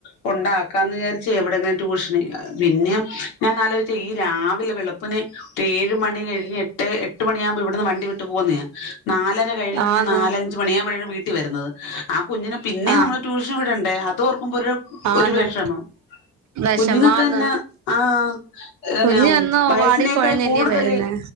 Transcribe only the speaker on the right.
ആന്ന്
ആ
ആന്ന്
വിഷമാന്ന്
കുഞ്ഞ് അന്ന്
വാടി കൊഴഞ്ഞല്ലേ
വരുന്നേ